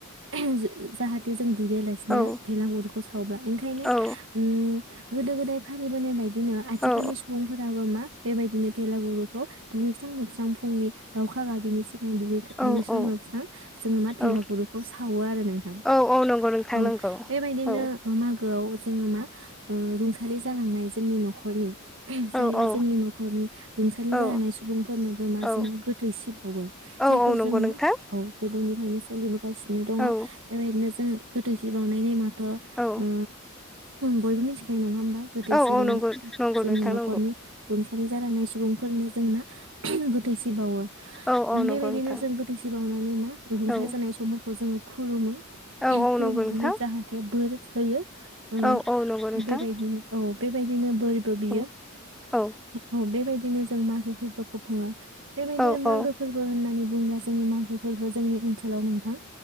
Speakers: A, on the right (about 65°); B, in the centre.
A: <unintelligible> जाहाथे जों दुगैया लासिनो
B: औ
A: भेलागुरखौ सावब्ला ओंखायनो
B: औ
A: ओम गोदो-गोदाय फालिबोनाय बायदि बिदिनो आथिखालनि
B: औ
A: सुबुंफोराबो मा बेबायदिनो बेेलागुरुखौ दुैस्रां-लोबस्रां फुंनि दाउखा गाबिनि सि दुगैस्रां-लोबस्रां
B: औ औ
A: जोङो मा भेलागुरुखौ
B: औ
A: सावो आरो नोंथां
B: औ औ नंगौ नोंथां
A: औ
B: नंगौ
A: बेफोर बायदिनो
B: औ
A: ओ मा गोआव जोङो मा ओ रुंसालि जालांनाय जोंनि नखरनि जायबा
B: औ औ
A: जोंनि नखरनि रुंसालि
B: औ
A: जालांनाय सुबुंफोरनोबो मा
B: औ
A: जोङो गोथै सि बाउवो
B: औ
A: जायखौ
B: औ नंगौ
A: जोङो
B: नोंथां
A: औ गोदोनि यनो सलि जागासिनो दङ
B: औ
A: बेबायदिनो जोङो गोथैसि बाउ नाय नेमा थ
B: औ
A: ओ बयबो मिथिखायो नङा होमबा। गोथै
B: औ
A: सि बाउनाय
B: औ नंगौ नंगौ
A: जोंनि
B: नोंथां
A: नखरनि
B: नंगौ
A: रुंसा सारि जालांनाय सुबुंफोरनो जोंना गोथैसि बावो।
B: औ औ
A: बेबायदिनो
B: नंगौ नोंथां
A: जों गोथैसि बावनानै मा रुंसारि
B: औ
A: जानाय समफोरखौ जोङो खुलुमो
B: औ औ
A: खुलुमनानै
B: नंगौ नोंथां
A: जाथे बोर होयो। ओ
B: औ औ नंगौ नोंथां
A: बेबायदिनो औ बे बेबायदिनो बोरबो बियो
B: औ औ
A: औ बेबायदि बिदिनो जों मागो फोरबोखौ बुङो। बेबायदिनो
B: औ औ
A: मागो फोरबो होननानै बुंब्ला जोंनि मागो फोरबो जोंनि ओनसोलाव नोंथां